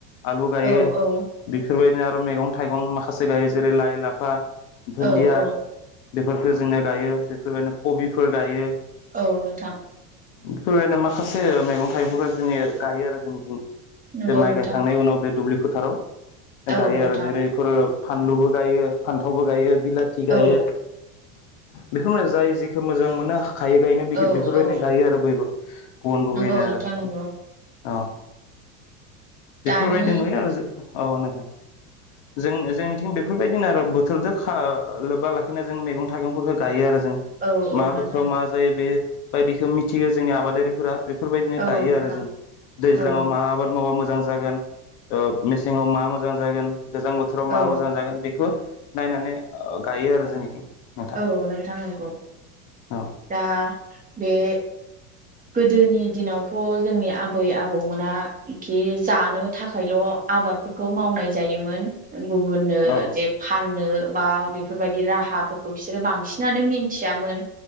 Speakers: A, on the left; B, on the right.
A: आलु गायो
B: औ औ
A: बि फोरबायदिनो आरो मैगं थाइगं माखासे गायो जेरै लाइ लाफा दुन्दिया
B: औ औ
A: बेफोरखौ जोंनो गायो बेफोरबायदिनो कबिफोर गायो
B: औ नोंथां
A: बेफोरबायनो माखासे मैगं थाइगंफोरखौ जों गायो आरो जोंनिथिं।
B: नंगौ
A: बे माइ
B: नोंथां
A: गायखांनायनि उनाव बे दुब्लि फोथाराव
B: औ
A: गायो
B: नोंथां
A: आरो जेरैफोरो फानलुबो गायो फान्थावबो गायो बिलाथि गायो
B: औ
A: बेखौ जाय जेखौ मोजां मोनो खायै गायनो बे-बेफोरबायदिनो
B: औ औ
A: गायो आरो बयबो। गुबुन गुबुनैनो
B: नंगौ
A: आरो
B: नोंथां नंगौ
A: अ
B: दानि
A: फोरबायदि नुयो आरो औ नोंथां जों-जोंनिथिं बेफोरबायदिनो आरो बोथोरजों खा-लोब्बा लाखिनानै जों मैगं थाइगंफोरखौ गायो आरो जों
B: औ औ
A: मा
B: नोंथां
A: बोथोराव मा जायो बे बायदिखौ मिथियो जोंनि आबादारिफोरा फोरबायदिनो
B: औ
A: गायो
B: नोंथां
A: आरो जों दैज्लाङाव
B: औ
A: मा आबाद मावा मोजां जागोन ओ मेसेङाव मा मोजां जागोन गोजां बोथोराव
B: औ
A: मा मोजां जागोन बेखौ नायनानै गायो आरो जोंनिथिं नोंथां
B: औ नोंथां नंगौ
A: औ
B: दा बे गोदोनि दिनावथ' जोंनि आबै आबौमोना खि जानो थाखायल' आबादफोरखौ मावनाय जायोमोन गुबुननो
A: औ
B: जे फाननो बा बेफोरबायाददि राहाफोरखौ बिसोरो बांसिनानो मिथियामोन